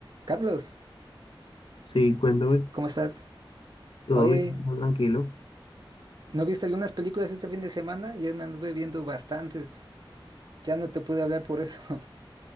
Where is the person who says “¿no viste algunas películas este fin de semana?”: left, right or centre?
Right